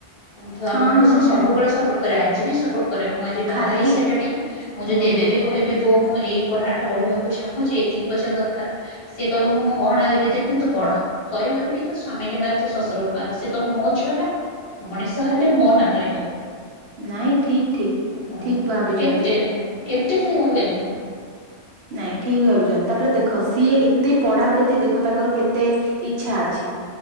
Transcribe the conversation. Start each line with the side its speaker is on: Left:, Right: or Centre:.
Left: କିନ୍ତୁ
Right: ହଁ
Left: ଆମକୁ ସେ
Right: ହଁ
Left: ସବୁବେଳେ ସପୋର୍ଟ କରେ ଆଜି ବି ସପୋର୍ଟ କରେ ମୁଁ ଆଜି ବାହା
Right: ଖାଲି
Left: ହେଇ ସାରିଲିଣି, ମୁଁ
Right: ହୁଁ
Left: ଯଦି ଏବେ
Right: ହୁଁ
Left: ବି କହିବି ବୋଉ ମୁଁ ଏ ପଢା ଟା ପଢିବାକୁ ଚାହୁଁଛି ଏତିକି ପଇସା ଦରକାର, ସେଏ କହିବ ମୁଁ ମୋ ଗହଣା ବିିକି ଦେବି କିନ୍ତୁ ପଢ଼। କହିବନି କି ତୁ ସ୍ୱାମୀ କି ମାଗ୍ ଶଶୁର କୁ ମାଗ୍ କବି ମୋ ଛୁଆ ଟା ମଣିଷ ହେଲେ ମୋ ନାଁ ରହିବ।
Right: ନାଇଁ ଠିକ୍-ଠିକ୍-ଠିକ୍
Left: ହୁଁ
Right: ଭାବିଛନ୍ତି।
Left: କେବେ କେବେ ସେ ଭାବିନି।
Right: ନାଇଁ ଠିକ୍ ଭାବିଛନ୍ତି ତାପରେ ଦେଖ ସିଏ ଏତେ ପଢା ପ୍ରତି ଦେଖ ତାଙ୍କର କେତେ ଇଚ୍ଛା ଅଛି।